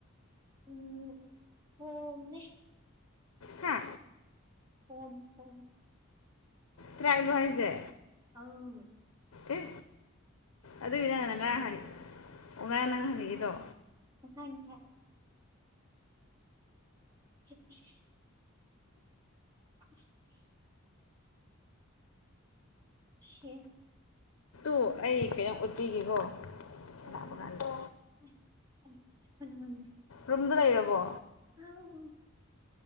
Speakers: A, on the right (about 20°); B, on the left (about 75°).
A: ꯎꯝ ꯍꯣꯅꯦ
B: ꯍꯥ
A: ꯐꯣꯟ ꯐꯣꯟ
B: ꯇ꯭ꯔꯥꯏꯕꯂꯣ ꯍꯥꯏꯖꯦ
A: ꯑꯧ
B: ꯑꯦ ꯑꯗꯨꯒꯤ
A: ꯉꯁꯥꯏ
B: ꯅꯪ
A: ꯅꯉꯣꯟꯗ
B: ꯉꯔꯥꯡ
A: ꯍꯪꯕꯗꯨꯗꯤ
B: ꯍꯥꯡ ꯉꯔꯥꯡ ꯅꯪ ꯍꯪꯉꯛꯏꯗꯣ
A: ꯃꯥꯁꯥꯏ ꯃꯥꯁꯥꯏ <unintelligible> <inaudible> ꯁꯤ <unintelligible>
B: ꯑꯣ ꯑꯩ ꯀꯩꯅꯣꯝ ꯎꯠꯄꯤꯒꯦꯀꯣ
A: <unintelligible>
B: ꯂꯥꯛꯄ ꯀꯥꯟꯗ ꯔꯨꯝꯗ ꯂꯩꯔꯕꯣ
A: <unintelligible>